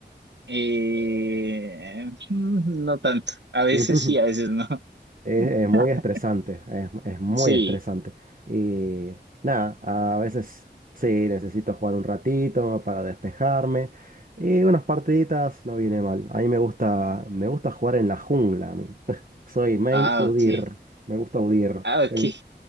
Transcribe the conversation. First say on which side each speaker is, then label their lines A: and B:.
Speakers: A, on the right (about 75°); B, on the right (about 50°).
A: Eh, mm, no tanto. A veces
B: <laughs>
A: sí, a veces no.
B: Es,
A: <laughs>
B: es muy estresante, es, es muy
A: Sí.
B: estresante. Y nada, a veces sí, necesito jugar un ratito para despejarme. Y unas partiditas no viene mal. A mí me gusta, me gusta jugar en la jungla a mí. <laughs> Soy main
A: Ah,
B: Udir,
A: ok.
B: me gusta Udir.
A: Ah, ok.
B: Ten-